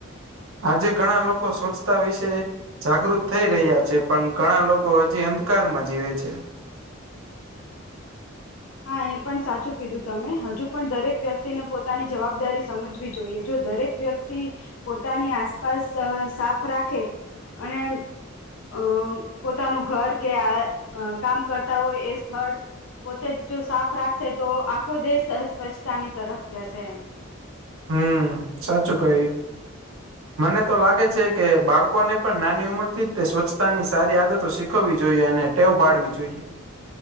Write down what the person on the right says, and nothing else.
આજે ઘણા લોકો સ્વચ્છતા વિશેય જાગૃત થઈ રહ્યા છે પણ ઘણા લોકો હજી અંધકારમાં જીવે છે.
હમ્મ સાચું કહ્યું
મને તો લાગે છે કે બાળકોને પણ નાની ઉંમર થી જ તે સ્વચ્છતા ની સારી આદતો શીખવવી જોઈએ અને તેટેવું પાડવી જોઈએ